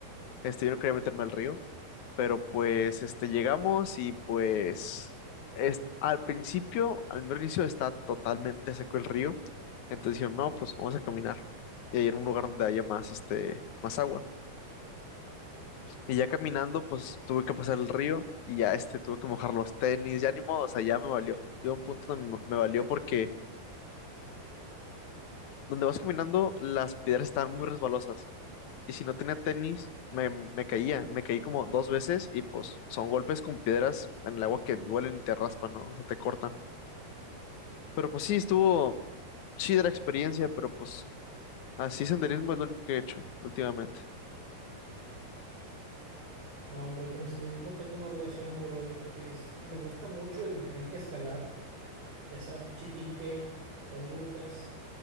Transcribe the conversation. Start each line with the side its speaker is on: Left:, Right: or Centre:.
Left: Este, yo no quería meterme al río, pero pues este, llegamos y pues est- al principio, al mero inicio, está totalmente seco el río. Entonces dijeron, no, pues vamos a caminar. Y ahí era un lugar donde haya más, este, más agua. Y ya caminando, pues tuve que pasar el río y ya este tuve que mojar los tenis, ya ni modo, o sea, ya me valió. Yo a un punto donde me me valió porque donde vas caminando las piedras estaban muy resbalosas y si no tenía tenis me, me caía, me caí como dos veces y pues son golpes con piedras en el agua que duelen y te raspan, ¿no? O sea, te cortan. Pero pues sí, estuvo chida la experiencia, pero pues así senderismo es lo único que he hecho últimamente.
Right: No, hombre, con el senderismo tengo una relación amor-odio porque es, me gusta mucho el tener que escalar, ya sea Chipinque, las grutas,